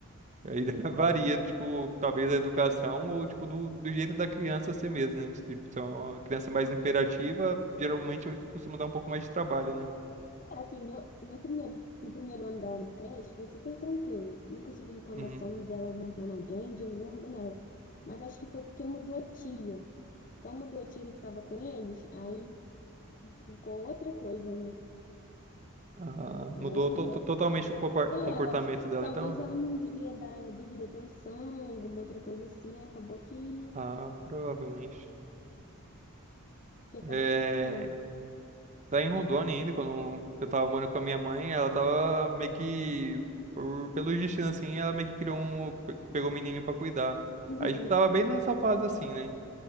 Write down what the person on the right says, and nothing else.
Aí <laughs> varia, tipo, talvez da educação ou, tipo, do, do jeito da criança ser mesmo, né? Tipo, se é uma criança mais imperativa, geralmente costuma dar um pouco mais de trabalho, né?
Uhum.
Ah,
mudou
to- to- totalmente o compor-
comportamento
dela,
então?
Ah, provavelmente.
É...
Lá em Rondônia ainda, quando eu tava morando com a minha mãe, ela tava meio que, por, pelo destino assim, ela meio que criou um, pe- pegou um menininho pra cuidar.
Aí, tipo, tava bem nessa fase assim, né?